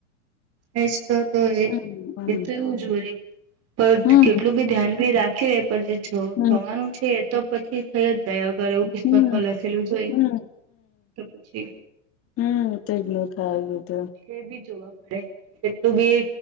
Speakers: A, on the right (about 40°); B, on the left (about 35°).
A: એ જ તોતો એ
B: હમ
A: એતો એવું જ વરી. પર
B: હમ
A: કેટલું બી ધ્યાન બી રાખી રે પણ જે
B: હમ,
A: થવાનું છે એ તો પછી થઈ જ જાય હાવ. કરે એવું કિસ્મતમાં
B: હમ,
A: લખેલું જ હોય
B: હમ,
A: તો પછી
B: હમ્મ તેજ નથ આવ્યું તેમ.
A: એ બી જોવા પડે કે કેટલું બી